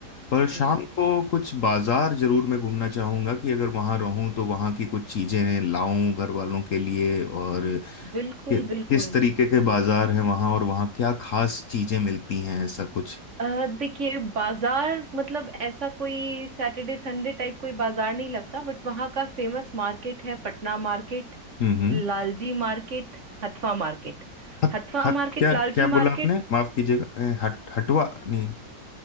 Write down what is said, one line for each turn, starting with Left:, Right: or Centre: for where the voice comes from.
Left: पर शाम
Right: जी
Left: को कुछ बाजार जरूर मैं घूमना चाहूंगा कि अगर वहां रहूं तो वहां की कुछ चीजें लाऊं घर वालों के लिए और
Right: बिल्कुल
Left: कि,
Right: बिल्कुल
Left: किस तरीके के बाजार हैं वहां और वहां क्या खास चीजें मिलती हैं ऐसा कुछ
Right: अ, देखिए बाजार मतलब ऐसा कोई सैटरडे संडे टाइप कोई बाजार नहीं लगता बट वहाँ का फेमस मार्केट है Patna market
Left: हम्म हम्म
Right: Lalji market Hathwa market
Left: हट
Right: Hathwa
Left: हट
Right: market
Left: क्या
Right: Lalji
Left: क्या बोला
Right: market
Left: आपने माफ कीजिएगा ए, हट हटवा नहीं